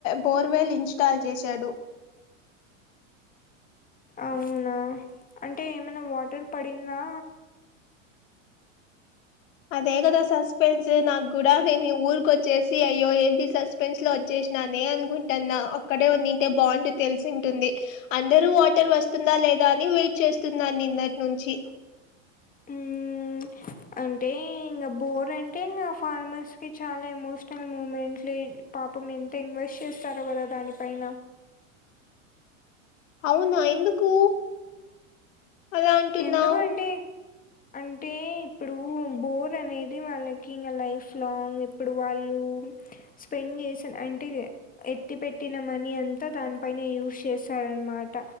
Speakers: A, on the left (about 75°); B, on the left (about 20°).
A: బోర్వెల్ ఇన్స్టాల్ చేశాడు
B: అవునా అంటే ఏమైనా వాటర్ పడిందా
A: అదేగదా సస్పెన్స్ నా గుడా నేను ఊర్ కో చ్చేసి అయ్యో ఏది సస్పెన్స్ లో ఒచ్చేసినానే అనుకుంటాన్నా అక్కడే ఉన్నింటే బాంటు తెల్సింటుంది. అందరూ వాటర్ వస్తుందా లేదా అని వెయిట్ చేస్తున్నా నిన్నటి నుంచి
B: ఉమ్ అంటే ఇంగా బోర్ అంటే ఇంగా ఫార్మర్స్ కి చాలా ఎమోషనల్ మూమెంట్లే పాపం ఎంత ఇన్వెస్ట్ చేస్తారో కదా దానిపైన
A: అవునా ఎందుకు అలా అంటున్నావ్
B: ఎందుకంటే అంటే ఇప్పుడూ బోర్ అనేది వాళ్ళకి ఇంగా లైఫ్ లాంగ్ ఇప్పుడు వాళ్లూ స్పెండ్ జెసిన అంటే ఎట్టి పెట్టిన మనీ అంతా దాని పైనే యూష్ చేస్తారన్మాట